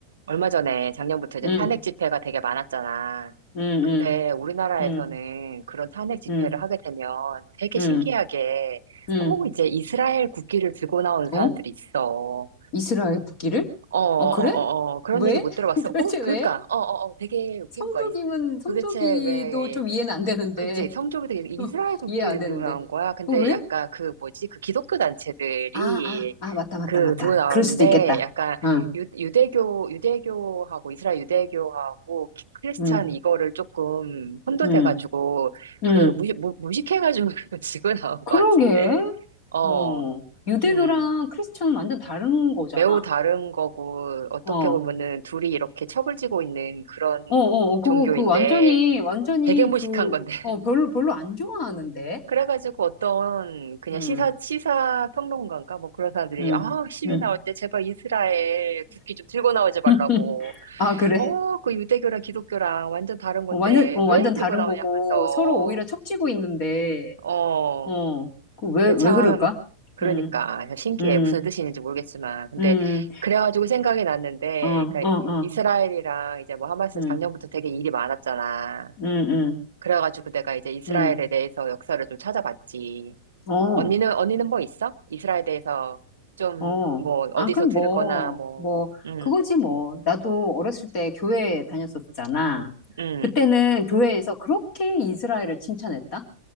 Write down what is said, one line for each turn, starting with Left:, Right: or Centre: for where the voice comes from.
Right: 얼마 전에 작년부터 이제
Left: 응,
Right: 탄핵 집회가 되게 많았잖아.
Left: 응, 응,
Right: 근데 우리나라에서는
Left: 응,
Right: 그런 탄핵 집회를
Left: 응,
Right: 하게 되면 되게
Left: 응,
Right: 신기하게
Left: 응.
Right: 꼭 이제 이스라엘 국기를 들고 나오는 사람들이
Left: 어?
Right: 있어.
Left: 이스라엘 국기를?
Right: 어, 어, 어,
Left: 어, 그래?
Right: 어, 어. 그런
Left: 왜?
Right: 얘기 못 들어봤어?
Left: <laughs> 도대체
Right: 어? 그니까,
Left: 왜?
Right: 어, 어, 어, 되게 웃긴
Left: 성조기면,
Right: 거야. 이-
Left: 성조기도
Right: 도대체 왜
Left: 좀 이해는 안 되는데.
Right: 그치, 성조기 되게 이스라엘
Left: <laughs>
Right: 국기를
Left: 이해 안 되는데.
Right: 들고 나온 거야. 근데
Left: 어, 왜?
Right: 약간 그 뭐지, 그 기독교 단체들이
Left: 아, 아, 아, 맞다, 맞다,
Right: 그
Left: 맞다.
Right: 들고 나오는데
Left: 그럴 수도 있겠다.
Right: 약간
Left: 응,
Right: 유, 유대교, 유대교하고 이스라엘 유대교하고 키- 크리스찬
Left: 응,
Right: 이거를 조금 혼돈해가지고
Left: 응, 응.
Right: 그 무식, 무, 무식해가지고 <laughs> 지고 나온 것
Left: 그러게.
Right: 같은데, 어,
Left: 어. 유대교랑
Right: 음,
Left: 크리스천은 완전 다른 거잖아.
Right: 매우 다른 거고 어떻게
Left: 어, 어,
Right: 보면은 둘이 이렇게 척을 지고 있는 그런
Left: 어, 어. 그거,
Right: 종교인데
Left: 그 완전히, 완전히
Right: 되게 무식한
Left: 그,
Right: 건데.
Left: 어, 별로, 별로 안 좋아하는데.
Right: 그래가지고 어떤 그냥
Left: 응.
Right: 시사, 시사 평론가인가? 뭐 그런 사람들이,
Left: 응,
Right: 아, 시위
Left: 응.
Right: 나올 때 제발 이스라엘 국기 좀 들고 나오지 말라고.
Left: <laughs> 아, 그래?
Right: 어, 그 유대교랑 기독교랑 완전 다른 건데
Left: 어, 완전, 어, 완전
Right: 왜 들고
Left: 다른
Right: 나오냐
Left: 거고,
Right: 하면서.
Left: 서로 오히려 척지고 있는데,
Right: 어,
Left: 어, 그 왜,
Right: 근데
Left: 왜
Right: 참,
Left: 그럴까?
Right: 그러니까.
Left: 응,
Right: 신기해.
Left: 응,
Right: 무슨 뜻인지 모르겠지만. 근데
Left: 응,
Right: 그래가지고 생각이 났는데,
Left: 어,
Right: 그러니까
Left: 어,
Right: 이스라엘이랑
Left: 어,
Right: 이제 뭐 하마스
Left: 응,
Right: 작년부터 되게 일이 많았잖아.
Left: 응, 응,
Right: 그래가지고 내가 이제 이스라엘에
Left: 응,
Right: 대해서 역사를 좀 찾아봤지.
Left: 어,
Right: 언니는, 언니는 뭐 있어? 이스라엘에 대해서 좀,
Left: 어.
Right: 뭐, 어디서
Left: 아, 그럼
Right: 들은
Left: 뭐,
Right: 거나, 뭐,
Left: 뭐,
Right: 음,
Left: 그거지 뭐. 나도 어렸을 때 교회 다녔었잖아.
Right: 음,
Left: 그때는 교회에서 그렇게 이스라엘을 칭찬했다?